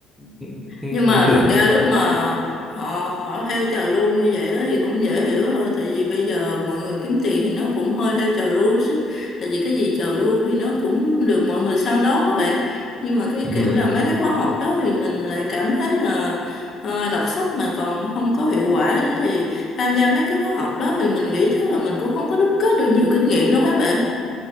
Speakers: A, in the centre; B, on the left.
A: cái, cái
B: nhưng
A: lý
B: mà
A: tưởng
B: thực ra lúc mà họ họ theo trào lưu như vậy á thì cũng dễ hiểu thôi tại vì bây giờ mọi người kiếm tiền thì nó cũng hơi theo trào lưu chứ tại vì cái gì trào lưu thì nó cũng được mọi người săn đón các bạn nhưng mà cái
A: đúng
B: kiểu
A: rồi
B: là mấy cái khóa học đó thì mình lại cảm thấy là ờ, đọc sách mà còn không có hiệu quả nữa thì tham gia mấy cái khóa học đó thì mình nghĩ chắc là mình cũng không có đúc kết được nhiều kinh nghiệm đâu các bạn